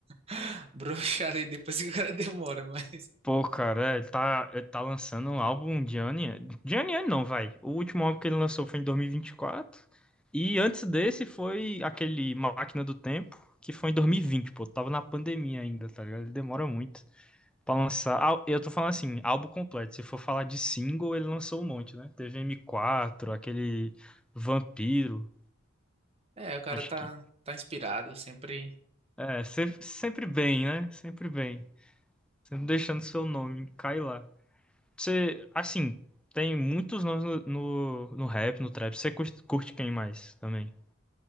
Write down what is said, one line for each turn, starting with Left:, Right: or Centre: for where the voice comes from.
Right: <laughs> broxado aí depois que o cara <laughs> demora, mas.
Centre: Pô, cara, é, ele tá, ele tá lançando um álbum de ano em ano. De ano em ano não, vai. O último álbum que ele lançou foi em 2024. E vinte e quatro. E antes desse foi aquele Máquina do Tempo, que foi em 2020, pô. Tava na pandemia ainda, tá ligado? Ele demora muito pra lançar. Ah, eu tô falando assim, álbum completo. Se for falar de single, ele lançou um monte, né? Teve M4, aquele Vampiro.
Right: É, o cara
Centre: Acho
Right: tá,
Centre: que.
Right: tá inspirado sempre.
Centre: É, sempre, sempre bem, né? Sempre bem. Sempre deixando seu nome cair lá. Você, assim, tem muitos nomes no, no, no rap, no trap. Você curte, curte quem mais também?